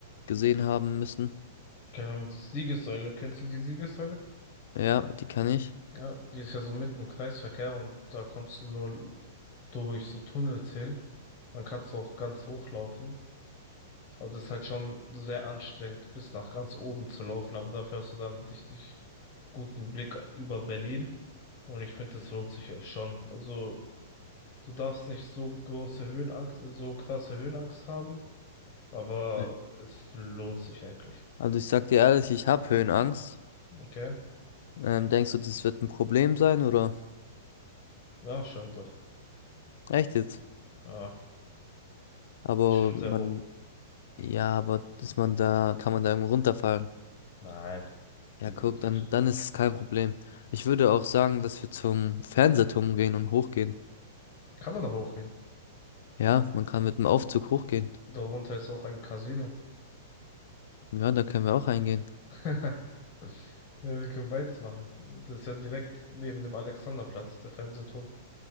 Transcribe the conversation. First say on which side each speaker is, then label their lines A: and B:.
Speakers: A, on the left (about 55°); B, on the left (about 15°).
A: gesehen haben müssen?
B: keine Ahnung, die Siegessäule. Kennst du die Siegessäule?
A: Ja, die kann ich.
B: Ja, die ist ja so mitten im Kreisverkehr und da kommst du nur durch so Tunnels hin. Dann kannst du auch ganz hochlaufen. Aber das ist halt schon sehr anstrengend, bis nach ganz oben zu laufen. Aber dafür hast du dann einen richtig guten Blick über Berlin. Und ich finde, das lohnt sich ja schon. Also, du darfst nicht so große Höhenangst, so krasse Höhenangst haben, aber
A: Ja.
B: es lohnt sich eigentlich.
A: Also ich sag dir ehrlich, ich habe Höhenangst.
B: Okay?
A: Ähm, denkst du, das wird ein Problem sein oder?
B: Ja, schon doch.
A: Echt jetzt?
B: Ja,
A: Aber
B: schon
A: man,
B: sehr hoch.
A: ja, aber dass man da, kann man da irgendwo runterfallen.
B: Nein, wir
A: Ja, guck,
B: sind in Deutschland.
A: dann, dann ist es kein Problem. Ich würde auch sagen, dass wir zum Fernsehturm gehen und hochgehen.
B: Kann man noch hochgehen.
A: Ja, man kann mit dem Aufzug hochgehen.
B: Darunter ist auch ein Casino.
A: Ja, da können wir auch reingehen.
B: <laughs> Ja, wir können beides machen. Das ist ja direkt neben dem Alexanderplatz, der Fernsehturm.